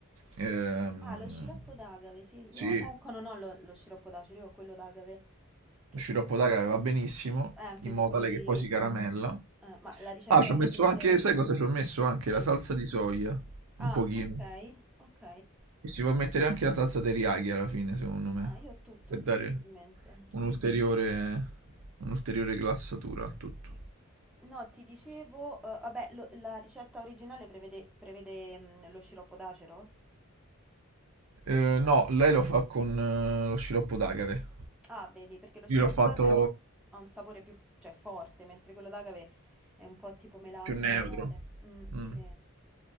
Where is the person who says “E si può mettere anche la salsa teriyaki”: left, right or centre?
Right